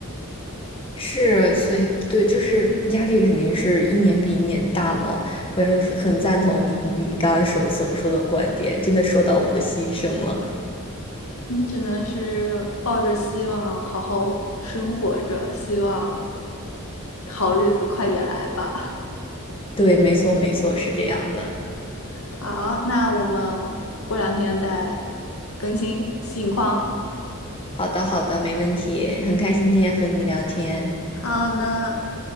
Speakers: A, on the left (about 25°); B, on the left (about 70°).
A: 是，所以对，就是压力肯定是一年比一年大嘛。我也很赞同你你刚刚所所说的观点，真的说到我的心声了。
B: 你只能是抱着希望好好生活着，希望好日子快点来吧。
A: 对，没错，没错，是这样的。
B: <laughs> 好，那我们过两天再更新近况。
A: 好的，好的，没问题，很开心今天和你聊天，
B: 好呢，